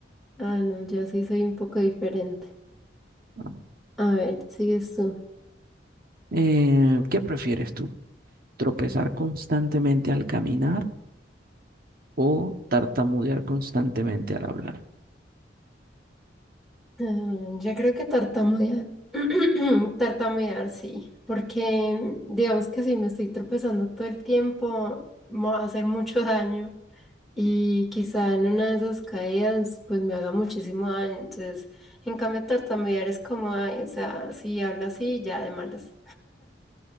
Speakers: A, in the centre; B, on the right (about 55°).
A: Ah, no, yo sí soy un poco diferente.
B: Ah.
A: A ver, sigues tú.
B: Eh, ¿qué prefieres tú? ¿Tropezar constantemente al caminar o tartamudear constantemente al hablar?
A: Ah, yo creo que tartamudear. <clears throat> Tartamudear, sí. Porque mm, digamos que si me estoy tropezando todo el tiempo, me va a hacer mucho daño. Y quizá en una de esas caídas, pues me haga muchísimo daño. Entonces, en cambio, tartamudear es como, ay, o sea, si hablo así, ya de malas.